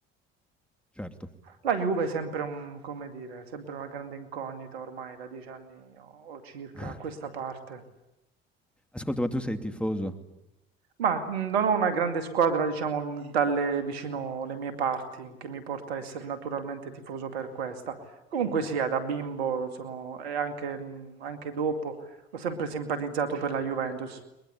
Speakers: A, in the centre; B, on the right.
A: Certo.
B: La Juve è sempre un, come dire, sempre una grande incognita ormai da dieci anni o o circa
A: <laughs>
B: a questa parte.
A: Ascolta, ma tu sei tifoso?
B: Ma mh, non ho una grande squadra, diciamo, mh, dalle vicino le mie parti, che mi porta a essere naturalmente tifoso per questa. Comunque sia, da bimbo sono, e anche, mh, anche dopo, ho sempre simpatizzato per la Juventus.